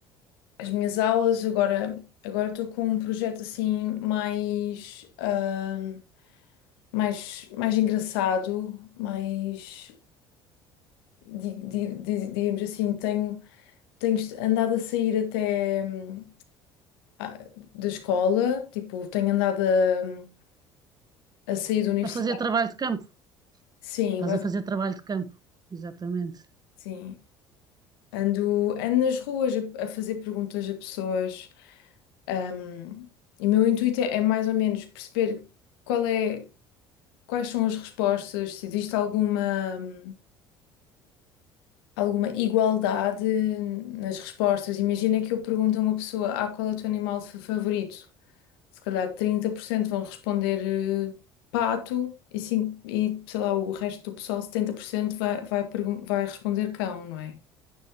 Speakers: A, on the left; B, on the right.
A: as minhas aulas. Agora, agora estou com um projeto assim mais, ahm, mais, mais engraçado, mais, di- di- di- digamos assim, tenho. tenho est- andado a sair até hum, ah, da escola, tipo, tenho andado a, hum, a sair da universidade.
B: A fazer trabalho de campo?
A: Sim,
B: Estás
A: bas-
B: a fazer trabalho de campo, exatamente.
A: sim. Ando, ando nas ruas a, a fazer perguntas a pessoas. hum, e o meu intuito é, é mais ou menos perceber qual é, quais são as respostas, se existe alguma, hum, alguma igualdade nas respostas. Imagina que eu pergunto a uma pessoa, ah, qual é o teu animal fa- favorito? Se calhar 30% vão responder eh, pato e, cin- e sei lá, o resto do pessoal, 70% vai, vai, pergun- vai responder cão, não é?